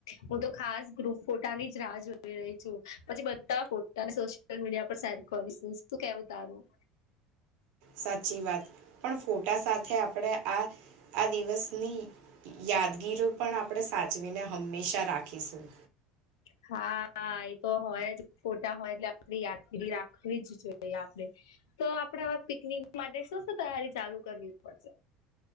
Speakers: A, on the left; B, on the right.
A: હું તો ખાસ ગ્રુપ ફોટાની જ રાહ જોઈ રહી છું પછી બધા ફોટાને સો સોશિયલ મીડિયા પર શેર કરુ શું કેવું તારું.
B: સાચી વાત પણ ફોટા સાથે આપણે આ આ દિવસની યાદગીરી પણ આપણે સાચવીને હંમેશા રાખીશું.
A: હા એ તો હોય જ ફોટા હોય એટલે આપણે યાદગીરી રાખવી જ જોઈએ આપણે. તો આપડે આવે પિકનિક માટે શું શું તૈયારી ચાલુ કરવી પડશે.